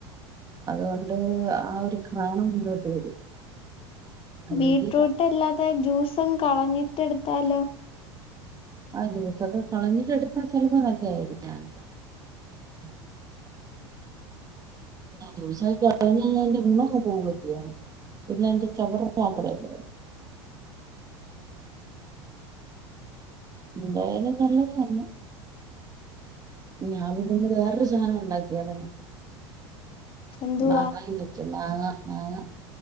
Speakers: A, on the right; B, on the left.
A: അതുകൊണ്ട് ആ ഒരു ക്രാണം മുന്നോട്ട് വരും. അല്ലെങ്കിൽ
B: ബീട്ട്റൂട്ട് അല്ലാതെ ജ്യൂസും കളഞ്ഞി ട്ടെടുത്താലോ
A: ആഹ് ജ്യൂസൊക്കെ കളഞ്ഞിട്ട് എടുത്താ ചിലപ്പോ നല്ലേ ആയിരിക്കാം <unintelligible> ജ്യൂസ്‌ <unintelligible> കളഞ്ഞു കഴിഞ്ഞാ അതിന്റെ ഗുണം അങ്ങ് പോകുവല്ലേ പിന്നെ അതിന്റെ ചവറ് മാത്രല്ലേ ഉള്ളു. ന്തായലും നല്ലത് തന്നെ. ഞാൻ പിന്നിന്ന് വേറൊരു സാധനം ഉണ്ടാക്കിയാരുന്നു. <unintelligible>
B: എന്തുവാ
A: മാങ്ങാ മാങ്ങാ.